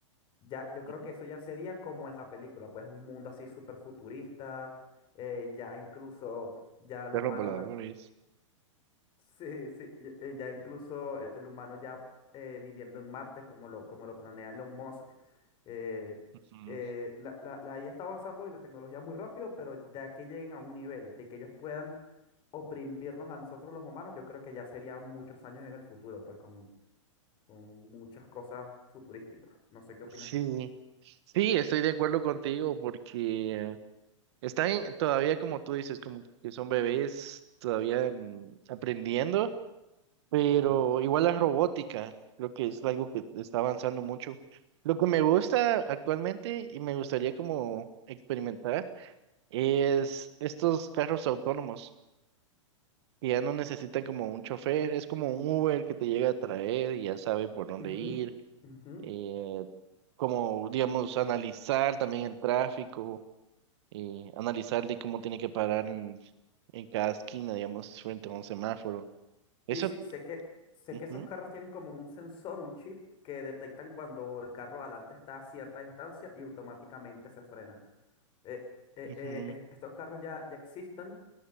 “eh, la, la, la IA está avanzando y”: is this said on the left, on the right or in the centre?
Left